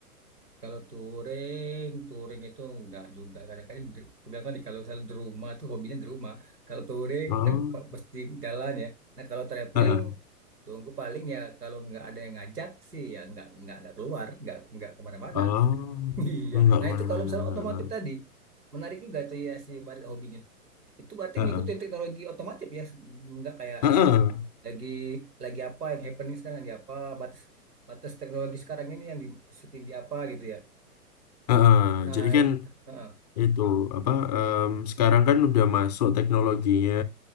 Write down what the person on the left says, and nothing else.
Oh,
heeh.
Oh,
nggak
kemana-mana.
Heeh.
Heeh.
Heeh.
Jadi
kan
itu apa? em, sekarang kan udah masuk teknologinya,